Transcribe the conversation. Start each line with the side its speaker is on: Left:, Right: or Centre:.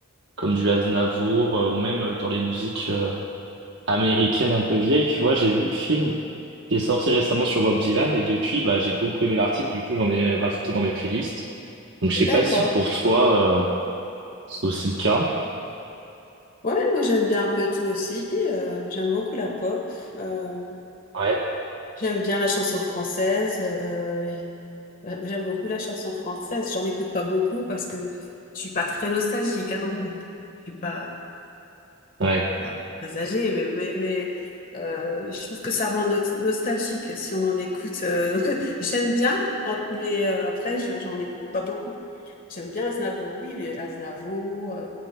Right: comme du Aznavour, euh, ou même euh, dans les musiques euh, américaines un peu vieilles. Tu vois, j'ai vu le film qui est sorti récemment sur Bob Dylan, et depuis, bah j'ai beaucoup aimé l'artiste. Du coup, j'en ai rajouté dans mes playlists. Donc, je sais
Left: d'accord.
Right: pas si pour toi, euh, c'est aussi le cas.
Left: Ouais, moi j'aime bien un peu tout aussi. Euh, j'aime beaucoup la pop. Euh,
Right: Ouais.
Left: j'aime bien la chanson française. Euh, euh, j'aime beaucoup la chanson française. J'en écoute pas beaucoup parce que je suis pas très nostalgique, hein, non plus. Je suis pas.
Right: Ouais.
Left: pas très âgé, mais, mais, mais, euh, je trouve que ça rend no- nostalgique si on en écoute. euh, <laughs> donc, j'aime bien, en- mais euh, après, je, j'en écoute pas beaucoup. J'aime bien Aznavour, oui, mais Aznavour, euh,